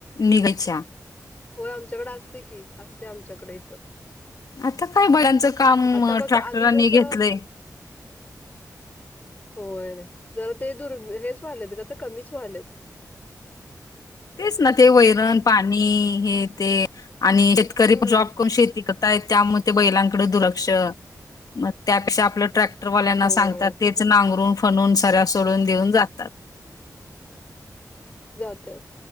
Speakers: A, on the left; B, on the left.
A: निघायच्या.
B: होय आमच्याकडे असते की असते आमच्याकडे इथं.
A: आता काय बैलाचं काम
B: आता कसं
A: ट्रॅक्टरांनी
B: आधी कसं
A: घेतलंय.
B: होय. जरा ते दुर् हेच व्हालेत का तर कमीच व्हालेत.
A: तेच ना ते वैरण पाणी हे ते आणि शेतकरीण
B: हम्म
A: जॉब करून श. टिकताय त्यामुळे ते बैलांकड दुर्लक्ष मग त्यापेक्षा आपलं ट्रॅ. पट्रवाल्यांना
B: होय
A: सांगतात तेच नांगरून फनून सऱ्या सोडून देऊन जातात.
B: जात आहेत.